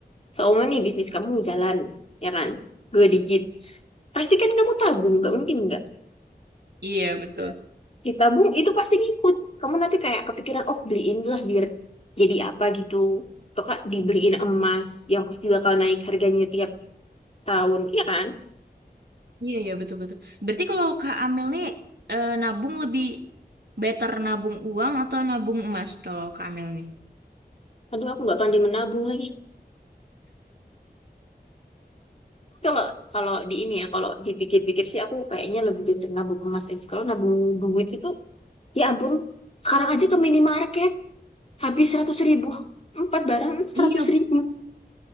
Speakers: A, on the left; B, on the right.
A: Seumur nih bisnis kamu jalan, ya kan? Dua digit. Pasti kan kamu tabung, nggak mungkin nggak.
B: iya betul
A: Iya. Ditabung itu pasti ngikut. Kamu nanti kayak kepikiran, oh beliin lah biar jadi apa gitu. Atau kak dibeliin emas yang pasti bakal naik harganya tiap tahun, iya kan?
B: Iya, iya, betul-betul. Berarti kalau Kak Amel nih eh, nabung lebih better nabung uang atau nabung emas kalau Kak Amel nih?
A: Aduh, aku nggak pandai menabung lagi. Kalau kalau di ini ya, kalau dipikir-pikir sih aku kayaknya lebih better nabung emas aja. Kalau nabung duit itu, ya ampun, sekarang aja ke minimarket habis seratus ribu, empat barang seratus
B: Iya,
A: ribu.